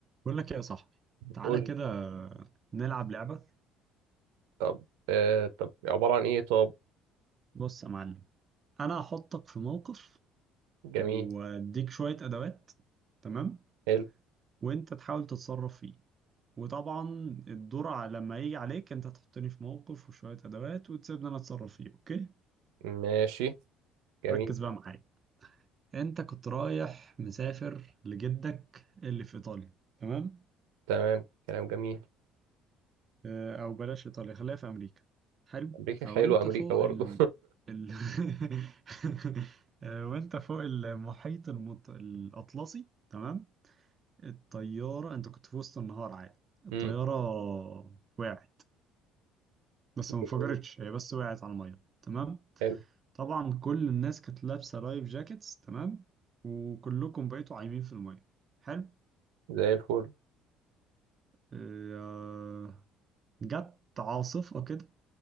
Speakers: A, on the right; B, on the right.
A: بقول لك ايه يا صاحبي تعالى
B: قول
A: كده نلعب لعبة
B: طب آه طب عبارة عن ايه طب
A: بص يا معلم انا هحطك في موقف
B: جميل
A: واديك شوية ادوات تمام
B: حلو
A: وانت تحاول تتصرف فيه وطبعا الدور ع- لما يجي عليك انت تحطني في موقف وشوية ادوات وتسيبني انا اتصرف فيه اوكي
B: ماشي جميل
A: ركز بقى معايا انت كنت رايح مسافر لجدك اللي في ايطاليا تمام
B: تمام كلام جميل
A: آه، او بلاش ايطاليا خليها في امريكا حلو
B: امريكا
A: فوانت
B: حلو امريكا
A: فوق
B: برضه
A: ال ال <laughs> آه، وانت فوق المحيط المط... الاطلسي تمام الطياره انت كنت في وسط النهار عادي
B: <laughs>
A: الطياره
B: امم
A: وقعت بس ما انفجرتش
B: جميل
A: هي بس وقعت على الميه تمام
B: حلو
A: طبعا كل الناس كانت لابسه لايف جاكيتس تمام وكلكم بقيتوا عايمين في الميه حلو
B: زي الفل
A: آه، جت عاصفه كده